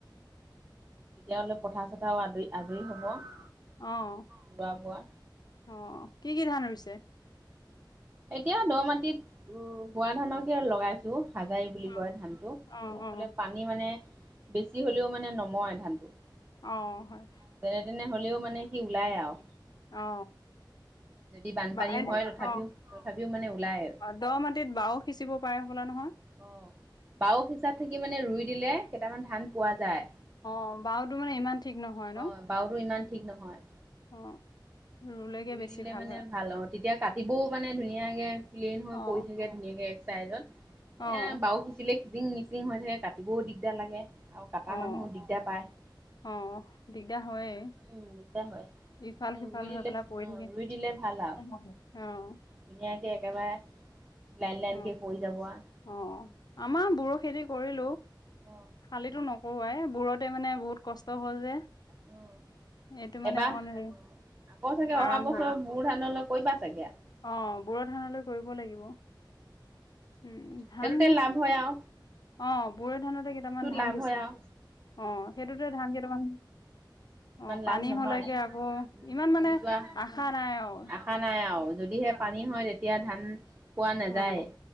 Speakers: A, on the right; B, on the left.
A: তেতিয়া অলপ পথাৰ-চথাৰ আজৰি আজৰি হব।
B: অ'।
A: ৰুবা-বোৱা।
B: অ'। কি কি ধান ৰুইছে
A: এতিয়া দ-মাটিত উম, বৰা ধানকে লগাইছে। হাজাৰি বুলি
B: অ
A: কয় ধানটো
B: অ
A: <unintelligible>
B: অ
A: পানী মানে বেছি হ'লেও মানে নমৰে ধানটো।
B: অ' হয়।
A: যেনেতেনে হ'লেও মানে গুটি ওলায় আও,
B: অ
A: যদি বানপানীও
B: বা এনে
A: হয় তথাপিও
B: অ
A: তথাপিও মানে ওলাই আৰু।
B: দ' মাটিত বাও সিচিব পাৰে হবলা নহয়?
A: অ' বাও সিচাত থাকি মানে ৰুই দিলে কেইটামান ধান পোৱা যায়।
B: অ বাওতো মানে ইমান ঠিক নহয় ন
A: অ' বাওতো ইমান ঠিক নহয়।
B: অ ৰুলেগে
A: ৰুই
B: বেছি
A: দিলে মানে
B: হয়
A: ভাল আও, তেতিয়া কাটিবও মানে ধুনীয়াকে প্লেইন হৈ
B: অ',
A: পৰি থাকে। ধুনীয়াকে এক চাইজত,
B: অ'।
A: এ বাও সিচিলে খিছিং মিচিং হৈ থাকে কাটিবও দিগদাৰ লাগে। আৰু কাটা
B: অ',
A: মানুহো দিগদাৰ পায়।
B: অ' দিগদাৰ হয়েই।
A: উম, দিগদাৰ হয়।
B: ইফাল-সিফাল
A: ৰুই দিলে
B: হৈ পেলাই পৰি
A: অ',
B: থাকিম
A: ৰুই দিলে ভাল আৰু
B: অ'।
A: ধুনীয়াকে একেবাৰে লাইন লাইনকে
B: অ',
A: পৰি যাব আ।
B: অ' আমাৰ বড়ো খেতি কৰিলো,
A: অ'।
B: শালিটো নকৰো আই বোৰত তে' মানে বহুত কষ্ট হল যে।
A: উম
B: এইটো মানে
A: এবাৰ
B: <unintelligible>
A: আকৌ চাগে অহা
B: আৰাম হ'ল।
A: <unintelligible> ধানলৈ কাৰিবা চাগে।
B: অ' বড়ো ধান হ'লে কৰিব লাগিব উম। ধান
A: সেইটোতে লাভ হয় আও।
B: অ' বড়োধানতে কেইটামান ধান
A: লাভ
B: বেছি,
A: হয় আৰু
B: অ সেইটোতে ধান কেইটামান
A: ইমান
B: অ' পানী
A: লাভ নহয়
B: হ'লেগে আকৌ
A: উম
B: ইমান মানে
A: মৰি যোৱা
B: আশা নাই আও।
A: আশা নাই আও, যদিহে পানী হয় তেতিয়া ধান পোৱা নাযায়ে।
B: অ',